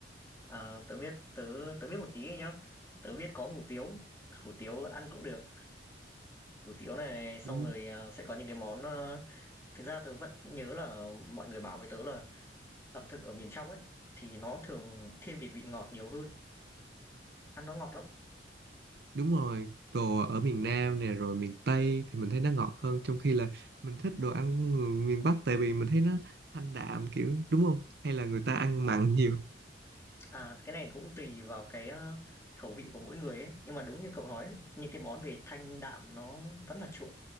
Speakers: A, on the left; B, on the right.
A: À, tớ biết tớ tớ biết một tí nhá. Tớ biết có hủ tiếu, hủ tiếu ăn cũng được. Hủ tiếu này xong
B: không
A: rồi à, sẽ có những cái món à, thực ra tớ vẫn nhớ là mọi người bảo với tớ là ẩm thực ở miền trong ấy thì nó thường thiên về vị ngọt nhiều hơn, ăn nó ngọt lắm.
B: đúng rồi đồ ở miền Nam nè rồi miền Tây thì mình thấy nó ngọt hơn trong khi là mình thích đồ ăn người miền Bắc tại vì mình thấy nó thanh đạm kiểu đúng không hay là người
A: Ừ,
B: ta ăn mặn <laughs> nhiều
A: À, cái này cũng tùy vào cái, ơ, khẩu vị của mỗi người ấy, nhưng mà đúng như cậu nói ấy, những cái món về thanh đạm nó vẫn là chuộng.